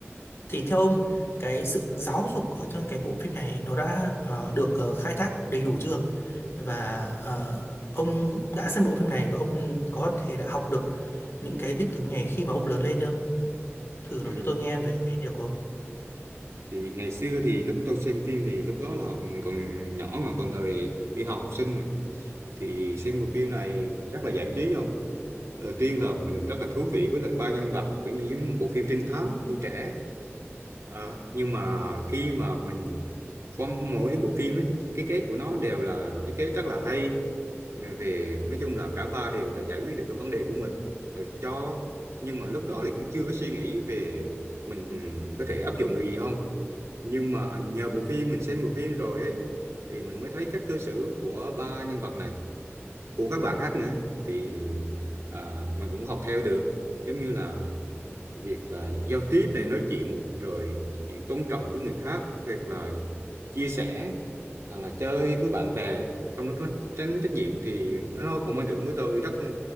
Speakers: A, on the left; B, on the right.
A: thì theo ông cái sự giáo dục ở trong cái bộ phim này nó đã ờ, được ờ, khai thác đầy đủ chưa và ờ, ông đã xem bộ phim này và ông có thể đã học được những cái đích tướng này khi mà ông lớn lên chưa thử
B: ừ,
A: nói cho tôi nghe về cái điều của ông
B: thì ngày xưa thì lúc tôi xem phim thì lúc đó là mình còn nhỏ mà còn thời đi học học sinh mà thì xem bộ phim này rất là giải trí không đầu tiên là mình rất là thú vị với lại ba nhân vật kiểu như những bộ phim trinh thám tuổi trẻ Ờ, nhưng mà khi mà mình qua mỗi bộ phim ấy, thì cái kết của nó đều là cái kết rất là hay Rồi về nói chung là cả ba đều đã giải quyết được cái vấn đề của mình rồi cho nhưng mà lúc đó thì cũng chưa có suy nghĩ về mình ừ, có thể áp dụng được gì không nhưng mà nhờ bộ phim mình xem bộ phim rồi ấy thì mình mới thấy cách cư xử của ba nhân vật này của các bạn khác nữa thì à, mình cũng học theo được giống như là việc là giao tiếp này nói chuyện rồi chuyện tôn trọng với người khác hoặc là chia sẻ hoặc là chơi với bạn bè không nó có tránh trách nhiệm thì nó cũng ảnh hưởng với tôi rất